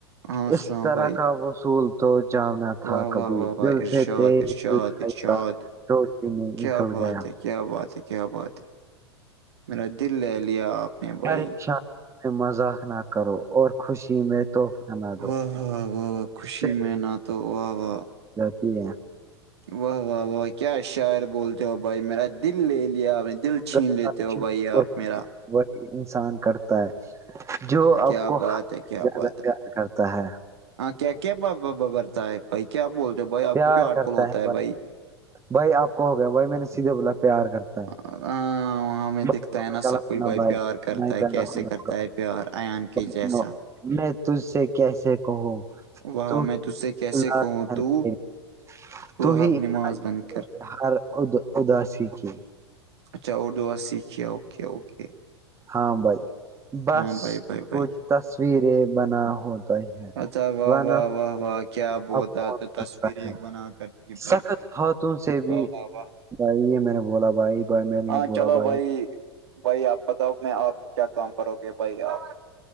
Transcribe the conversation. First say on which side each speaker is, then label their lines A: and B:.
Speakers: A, on the right; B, on the right.
A: ہاں
B: اس
A: سنا
B: طرح
A: بھائی
B: کا اصول تو جاننا تھا
A: واہ
B: کبھی
A: واہ واہ واہ
B: دل
A: ارشاد
B: سے تیرل
A: ارشاد ارشاد
B: چڑ بھی نہیں
A: کیا
B: نکل
A: بات
B: گیا
A: ہے کیا بات ہے کیا بات ہے میرا دل لے لیا آپ نے بھائی
B: پریشان مذاق نہ کرو اور خوشی قیم تو ک دو
A: واہ واہ واہ واہ خوشی
B: سے
A: میں نہ تو واہ واہ
B: جاتی ہے
A: واہ واہ واہ کیا شاعر بولتے ہو بھائی میرا دل لے لیا آپ نے دل چھین
B: غلط
A: لیتے ہو بھائی
B: اور
A: آپ میرا
B: وہی انسان کرتا ہے جو
A: کیا
B: آپ کو
A: بات
B: ہ
A: ہے کیا
B: سے زیادہ
A: بات ہے
B: پیار کرتا ہے
A: ہاں کیا کیارتا ہے بھائی کیا بولتے ہو بھائی آپ
B: پیار
A: کو کیا آٹ
B: کرتا
A: کوول ہوتا ہے
B: ب
A: بھائی
B: بھائی آپ کو ہو گیا بھائی میں نے سیدھے بولا پیار کرتا ہے
A: ہاں وہاں ہمیں
B: بھائی،
A: دکھتا ہے نا
B: غلط
A: سب کچھ
B: نہ
A: بھائی پیار کرتا
B: میں
A: ہے
B: غلط
A: کیسے
B: سنا
A: کرتا
B: بھائی،
A: ہے پیار ایان کے
B: سنو
A: جیسا
B: میں تج سے کیسے کہوں
A: واہ
B: تو
A: میں
B: ہی
A: تے کیسے
B: علاج
A: کہوں
B: ہے
A: تو
B: میری،
A: تہر
B: تو ہی علاج
A: نماز
B: ہے
A: بند کر
B: ہر ا اداسی کی
A: اچھا اردو سیکھیے اوکے اوکے
B: ہاں بھائی بس
A: ہاں بھائی بھائی بھائی
B: کچھ تصویریں بنا ہوتا ہی ہے
A: اچھا واہ
B: بن
A: واہ واہ واہ کیا بولتا
B: افغ
A: تو
B: کرتا
A: تصویر ایک
B: ہے
A: بنا کرتی بھائی
B: سخت ہاتوں سے
A: واہ
B: بھی
A: واہ واہ
B: بھائی یہ میں نے بولا بھائی بھائی میں نے
A: ہاں
B: یہ بولا
A: چلو
B: بھائی
A: بھائی آپ بتاؤ میں آپ کیا کام کرو گے بھائی آپ